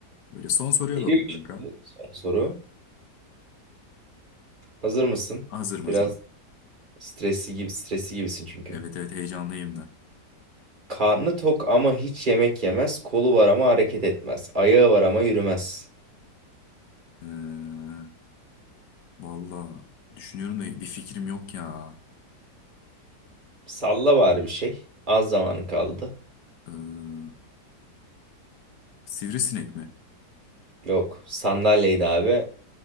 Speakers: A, on the left (about 80°); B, on the right (about 30°).
A: Böyle son soruyu
B: Geliyor
A: alalım kanka.
B: şimdi son soru. Hazır mısın?
A: Hazırım hazırım.
B: Biraz stresli gibi stresli gibisin çünkü.
A: Evet evet heyecanlıyım da.
B: Karnı tok ama hiç yemek yemez. Kolu var ama hareket etmez. Ayağı var ama yürümez.
A: Ee, valla düşünüyorum da bir fikrim yok ya.
B: Salla bari bir şey. Az zamanın kaldı.
A: Ee, sivrisinek mi?
B: Yok. Sandalyeydi abi.